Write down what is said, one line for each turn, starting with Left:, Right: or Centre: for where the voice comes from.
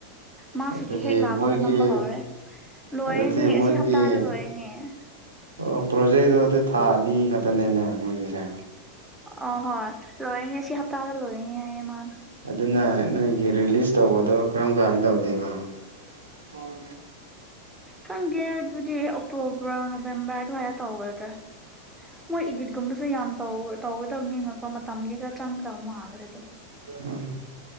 Centre: ꯃꯥ
Right: ꯑꯗꯨꯗꯤ
Centre: ꯁꯨꯇꯤ ꯍꯦꯛ ꯂꯥꯛꯄꯒ
Right: ꯃꯣꯏꯒꯤ
Centre: ꯅꯝꯕ ꯍꯧꯔꯦ ꯂꯣꯏꯔꯦꯅꯦ
Right: ꯑꯗꯨꯗꯤ ꯃꯣꯏꯒꯤ
Centre: ꯑꯁꯤ ꯍꯞꯇꯥꯗ ꯂꯣꯏꯔꯦꯅꯦ
Right: ꯑꯣ ꯄ꯭ꯔꯣꯖꯦꯛꯇꯣ ꯑꯗꯨ ꯊꯥ ꯑꯅꯤ ꯈꯛꯇꯅꯦꯅꯦ ꯃꯣꯏꯒꯤꯁꯦ
Centre: ꯑ ꯍꯣꯏ ꯂꯣꯏꯔꯅꯤ ꯁꯤ ꯍꯞꯇꯥꯗ ꯂꯣꯏꯔꯅꯤ ꯍꯥꯏꯌꯦ ꯃꯥ
Right: ꯑꯗꯨꯅ ꯅꯣꯏꯒꯤ ꯔꯤꯂꯤꯁ ꯇꯧꯕꯗꯣ ꯀꯔꯝ ꯀꯥꯟꯗ ꯇꯧꯗꯦꯕ ꯑꯣ
Centre: ꯈꯪꯗꯦ ꯑꯗꯨꯗꯤ ꯑꯣꯛꯇꯣꯕꯔ ꯅꯣꯕꯦꯝꯕꯔ ꯑꯗꯨꯃꯥꯏꯅ ꯇꯧꯈ꯭ꯔꯦꯗ ꯃꯣꯏ ꯏꯗꯤꯠꯀꯨꯝꯕꯁꯨ ꯌꯥꯝ ꯇꯧ ꯇꯧꯒꯗꯕꯅꯤꯅꯀꯣ ꯃꯇꯝꯗꯤ ꯈꯔ ꯆꯪꯒꯗꯕ ꯃꯥꯜꯂ‌ꯦꯕ ꯑꯗꯨꯝ
Right: ꯎꯝ